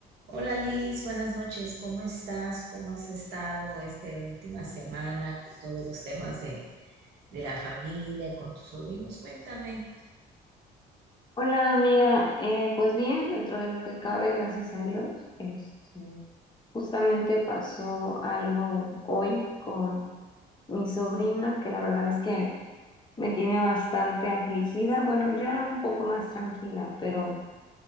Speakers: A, on the right; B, on the left.
A: Hola Liz, buenas noches. ¿Cómo estás? ¿Cómo has estado esta última semana con todos los temas de, de la familia, con tus sobrinos? Cuéntame,
B: Hola amiga, Eh, pues bien, dentro de lo que cabe, gracias a Dios, este, justamente pasó algo hoy con mi sobrina que la verdad es que me tiene bastante afligida, bueno, ya un poco más tranquila, pero